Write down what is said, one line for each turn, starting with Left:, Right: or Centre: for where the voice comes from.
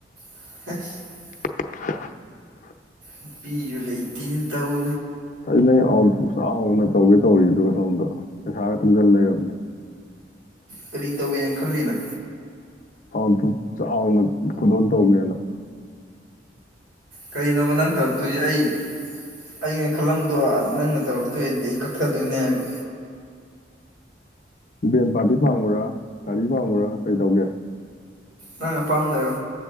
Right: <unintelligible>
Left: <unintelligible>
Right: ꯅꯨꯄꯤꯁꯨ ꯂꯩꯇꯦꯅꯦ ꯇꯧ
Left: ꯑꯩ ꯅ ꯑꯥꯎꯥꯎꯅ ꯇꯧꯒꯦ ꯇꯧꯔꯤꯅ ꯗꯁꯒꯦ ꯊꯨ ꯆꯜꯗ ꯌꯥꯝꯅꯤ
Right: ꯀꯔꯤ ꯇꯧꯒꯦꯅ ꯈꯜꯂꯤꯅ
Left: ꯥꯎ ꯆꯥꯎꯅ ꯈꯨꯗꯣꯜ ꯇꯧꯒꯦꯅ
Right: ꯀꯔꯤꯅꯣꯕ ꯅꯪ ꯇꯧꯔꯛꯇꯣꯏꯁꯦ ꯑꯩ ꯑꯩꯅ ꯈꯜꯂꯝꯗꯣ ꯅꯪꯅ ꯇꯧꯔꯛꯇꯣꯏꯗꯤ ꯑꯩ ꯀꯛꯊꯗꯣꯏꯅꯦ ꯍꯥꯏꯕ
Left: ꯚꯦꯟ ꯄꯥꯔꯇꯤ ꯄꯥꯕ꯭ꯔꯥ ꯒꯥꯔꯤ ꯄꯥꯕ꯭ꯔꯥ ꯀꯩ ꯇꯧꯒꯦ
Right: ꯅꯪ ꯄꯝꯗꯦꯔꯣ